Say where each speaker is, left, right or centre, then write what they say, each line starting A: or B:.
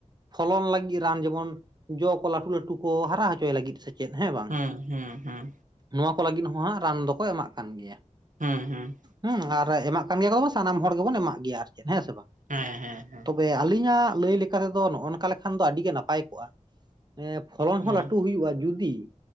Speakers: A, on the right; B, on the right.
A: ᱯᱷᱚᱞᱚᱱ ᱞᱟᱹᱜᱤᱫ ᱨᱟᱱ ᱡᱮᱢᱚᱱ ᱡᱚ ᱠᱚ ᱞᱟᱹᱴᱩ ᱞᱟᱹᱴᱩ ᱠᱚ ᱦᱟᱨᱟ ᱦᱚᱪᱚᱭ ᱞᱟᱹᱜᱤᱫ ᱥᱮ ᱪᱮᱫ ᱦᱮᱸ ᱵᱟᱝ
B: ᱦᱩᱸ ᱦᱩᱸ ᱦᱩᱸ
A: ᱱᱚᱣᱟ ᱠᱚ ᱞᱟᱹᱜᱤᱫ ᱦᱚᱸ ᱦᱟᱸᱜ ᱨᱟᱱ ᱫᱚᱠᱚ ᱮᱢᱟᱜ ᱠᱟᱱ ᱜᱮᱭᱟ
B: ᱦᱩᱸ ᱦᱩᱸ
A: ᱦᱩᱸ ᱟᱨ ᱮᱢᱟᱜ ᱠᱟᱱ ᱜᱮᱭᱟ ᱠᱚ ᱟᱨ ᱥᱟᱱᱟᱢ ᱦᱚᱲ ᱜᱮᱵᱚᱱ ᱮᱢᱟᱜ ᱜᱮᱭᱟ ᱟᱨ ᱪᱮᱫ ᱦᱮᱸ ᱥᱮ ᱵᱟᱝ
B: ᱦᱮᱸ ᱦᱮᱸ ᱦᱮᱸ
A: ᱛᱚᱵᱮ ᱟᱹᱞᱤᱧᱟᱜ ᱞᱟᱹᱭ ᱞᱮᱠᱟᱛᱮᱫᱚ ᱱᱚᱜᱚ ᱱᱚᱝᱠᱟ ᱞᱮᱠᱷᱟᱱ ᱫᱚ ᱟᱹᱰᱤ ᱜᱮ ᱱᱟᱯᱟᱭ ᱠᱚᱜᱼᱟ᱾ ᱮ ᱯᱷᱚᱞᱚᱱ
B: ᱦᱩᱸ
A: ᱦᱚᱸ ᱞᱟᱹᱴᱩ ᱦᱩᱭᱩᱜᱼᱟ ᱡᱩᱫᱤ